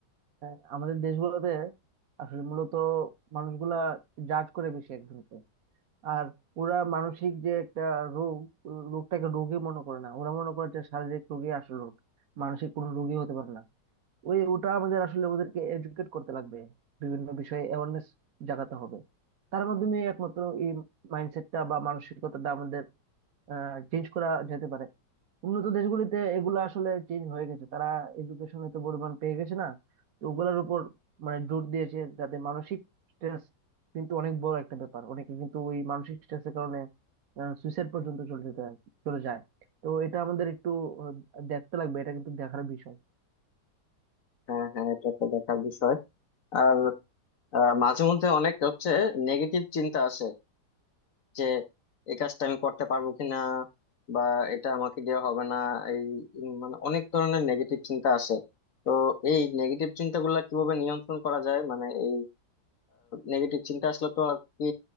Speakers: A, on the right; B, on the left.
A: হ্যাঁ, আমাদের দেশগুলোতে আসলে মূলত মানুষগুলা জাজ করে বেশি একজনকে আর ওরা মানসিক যে একটা রোগ ও রোগটাকে রোগী মনে করে না ওরা মনে করে যে শারীরিক রোগী আসল রোগ মানসিক কোনো রোগী হতে পারে না ওই ওটা আমাদের আসলে ওদেরকে এডুকেট করতে লাগবে বিভিন্ন বিষয়ে অ্যাওয়ারনেস জাগাতে হবে তার মাধ্যমে একমাত্র এই মাইন্ডসেটটা বা মানসিকতাটা আমাদের চেঞ্জ করা যেতে পারে উন্নত দেশগুলিতে এগুলো আসলে চেঞ্জ হয়ে গেছে তারা এডুকেশনে তো পরিমাণ পেয়ে গেছে না তো ওগুলোর উপর মানে জোর দিয়েছে যাতে মানসিক স্ট্রেস কিন্তু অনেক বড় একটা ব্যাপার অনেকে কিন্তু ওই মানসিক স্ট্রেসের কারণে সুইসাইড পর্যন্ত চলে যেতে হয়- চলে যায় তো এটা আমাদের একটু আহ, দেখতে লাগবে এটা কিন্তু দেখার বিষয়
B: হ্যাঁ হ্যাঁ এটা একটা দেখার বিষয় আর আহ, মাঝে মধ্যে অনেক হচ্ছে নেগেটিভ চিন্তা আসে যে এই কাজটা আমি করতে পারবো কিনা বা এটা আমাকে দেওয়া হবে না এই উম, মানে অনেক ধরনের নেগেটিভ চিন্তা আসে তো এই নেগেটিভ চিন্তাগুলো কিভাবে নিয়ন্ত্রণ করা যায় মানে এই নেগেটিভ চিন্তা আসলে তো আর কি